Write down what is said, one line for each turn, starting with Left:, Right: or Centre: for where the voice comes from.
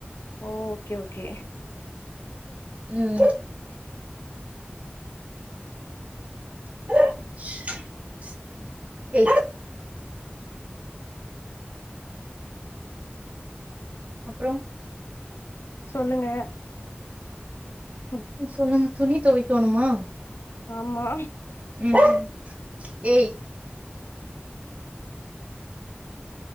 Left: ஓ ஓகே ஓகே
Right: உம் <inaudible>
Left: உம்
Right: எ அப்புறம்
Left: சொல்லுங்க ம்
Right: ம் சொல்லுங்க துணி துவைக்கணுமா
Left: ஆமா
Right: உம் ஏய்